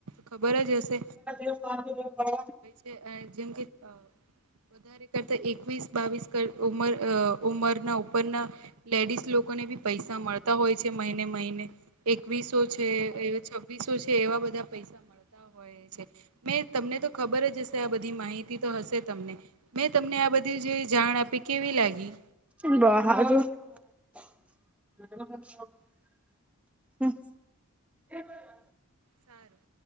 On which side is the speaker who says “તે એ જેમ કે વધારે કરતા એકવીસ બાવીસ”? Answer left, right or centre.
Right